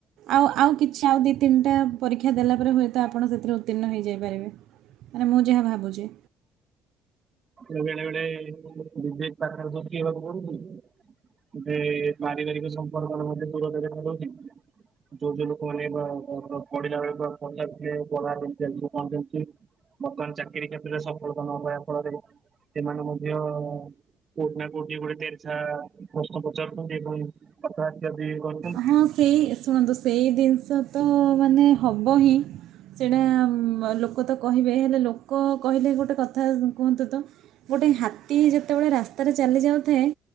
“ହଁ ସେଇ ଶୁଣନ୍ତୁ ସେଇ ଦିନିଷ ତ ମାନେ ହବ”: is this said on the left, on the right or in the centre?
Right